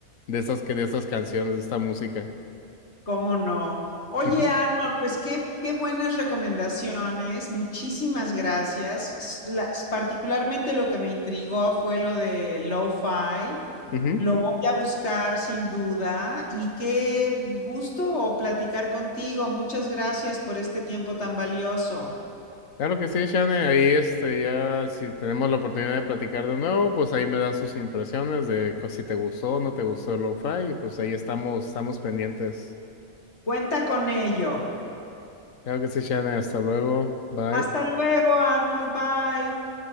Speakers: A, on the left; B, on the left.
A: de estas, que- de estas canciones, de esta música.
B: ¿Cómo no? Oye,
A: Ujú,
B: Arnold, pues qué, qué buenas recomendaciones, muchísimas gracias. S- la- particularmente lo que me intrigó fue lo de lo-fi.
A: ujú.
B: Lo voy a buscar sin duda y qué gusto platicar contigo. Muchas gracias por este tiempo tan valioso.
A: Claro que sí, Shane, ahí este, ya si tenemos la oportunidad de platicar de nuevo, pues ahí me das sus impresiones de co- si te gustó o no te gustó el lo-fi, y pues ahí estamos, estamos pendientes.
B: Cuenta con ello.
A: Claro que sí, Shane, hasta luego, bye.
B: Hasta luego, Arnold. Bye.